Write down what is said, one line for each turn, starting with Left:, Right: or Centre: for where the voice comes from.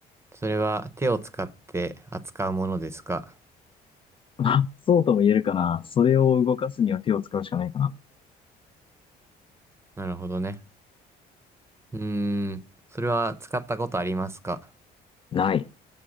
Right: それは手を使って扱うものですか
Left: <laughs> まあ、そうとも言えるかな。それを動かすには手を使うしかないかな。
Right: なるほどね。うーん。それは使ったことありますか
Left: ない。